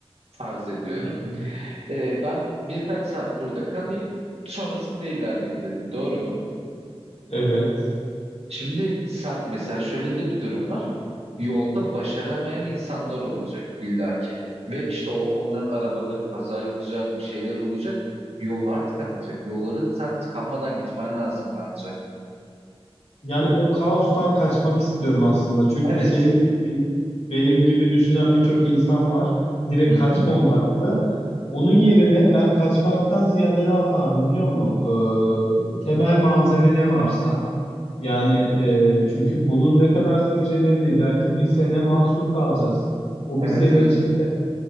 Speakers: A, on the right (about 75°); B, on the left (about 80°).
A: farz ediyorum.
B: Hı hı.
A: Ee, ben birkaç saat burada kalayım sonrasında ilerleyeyim dedin doğru mu?
B: Evet.
A: Şimdi sen, mesela şöyle de bir durum var. Yolda başaramayan insanlar olacak illaki. Ve işte o onların arabaları kaza yapacak, bir şeyler olacak. Yollar tıkanacak. Yolların sen tıkanmadan gitmen lazım bence.
B: Yani o kaostan kaçmak istiyorum aslında. Çünkü
A: Evet.
B: senin gibi, benim gibi düşünen birçok insan var. Direkt
A: Hı-hı.
B: kaçma odaklı. Onun yerine ben kaçmaktan ziyade ne yapardım biliyor musun? Ee, temel malzeme ne varsa. Yani e, çünkü bunun ne kadar süreceği belli değil. Belki bir sene mahsur kalacağız. O
A: Evet,
B: bir sene
A: evet.
B: için